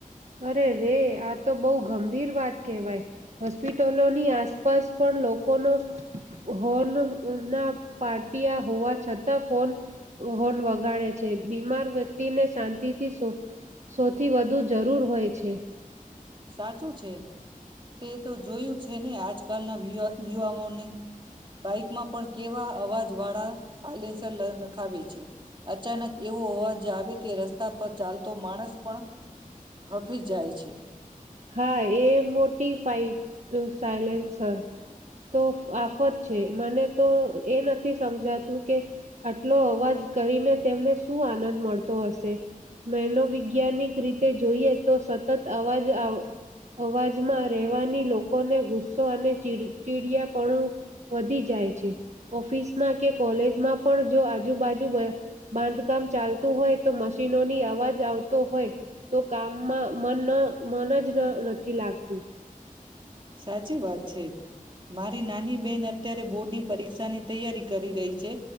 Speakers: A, on the right (about 55°); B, on the right (about 35°).
A: અરે રે આ તો બહુ ગંભીર વાત કહેવાય હોસ્પિટલોની આસપાસ પણ લોકોનો હોન ના પાટિયા હોવા છતાં ફોન હોન વગાડે છે બીમાર વ્યક્તિને શાંતિથી સૌથી વધુ જરૂર હોય છે.
B: સાચું છે. તે તો જોયું છે ને. આજકાલના <unintelligible> વા યુવાઓને બાઈકમાં પણ કેવા અવાજ વાળા <unintelligible> નખાવે છે. અચાનક એવું અવાજ આવે. કે રસ્તા પર ચાલતો માણસ પણ ફફી જાય છે.
A: હા એ મોટી ફાઈટ સાયલેન્સર તો આફત છે મને તો એ નથી સમજાતું કે આટલો અવાજ કરીને તેમને શું આનંદ મળતો હશે એનોવૈજ્ઞાનિક રીતે જોઈએ તો સતત અવાજ અવાજમાં રહેવાની લોકોને ગુસ્સો અને ચીડ ચીડિયાપણું વધી જાય છે ઓફિસમાં કે કોલેજમાં પણ જો આજુબાજુ બાંધકામ ચાલતું હોય તો મશીનોની અવાજ આવતો હોય. તો કામમાં મન મન જ નથી લાગતું.
B: સાચી વાત છે. મારી નાની બેહેન અત્યારે બોર્ડની પરીક્ષાની તૈયારી કરી રહી છે